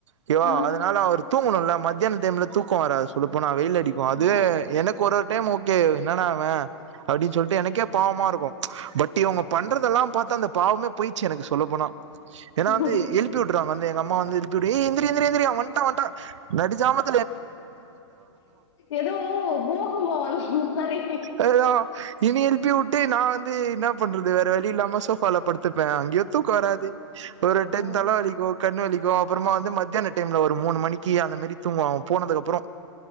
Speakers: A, on the right (about 70°); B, on the left (about 65°).
A: ஓகேவா
B: ஆ
A: அதனால அவர் தூங்கணும்ல மத்ததியானம் டைம்ல தூக்கம் வராது சொல்லு போனா வெயில் அடிக்க அதுவே
B: ஓ
A: எனக்கு ஒரு ஒரு டைம் ஓகே என்னன்டா இவ அப்படின்னு சொல்லிட்டு எனக்கே பாவமா இருக்கும் பட் இவங்க பண்றதெல்லாம் பார்த்தா அந்த பாவமே போயிச்சு எனக்கு சொல்ல போனா ஏன்னா வந்து
B: ஓ
A: எ விட்டுங்க வந்து எங்க அம்மா வந்து தப்பிிரிிர வ நடிஜாம
B: ஏதோ போகும்ப வந்த மாதிரி
A: அதான் இனி எழுப்பி விட்டு நான் வந்து என்ன பண்றது வேற வழி இல்லாம பலப்படுத்திருப்பேன் அங்கயத்தும் வராது ஒரு டென்
B: ஓ
A: அளவக்கு கண் வலிக்கும் அப்புறமா வந்து மத்தியான டைம்ல ஒரு மூணு மணிக்கு அந்த மாரி தூங்குவம் போனதுக்கு அப்புறம்